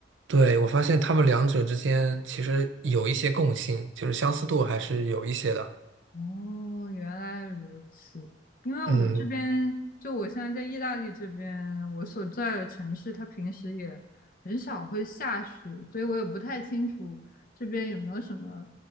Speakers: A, on the right; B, on the left.
A: 对，我发现他们两者之间其实有一些共性，就是相似度还是有一些的。
B: 哦，原来如此。因为我这边，
A: 嗯，
B: 就我现在在意大利这边，我所在的城市，它平时也很少会下雪，所以我也不太清楚这边有没有什么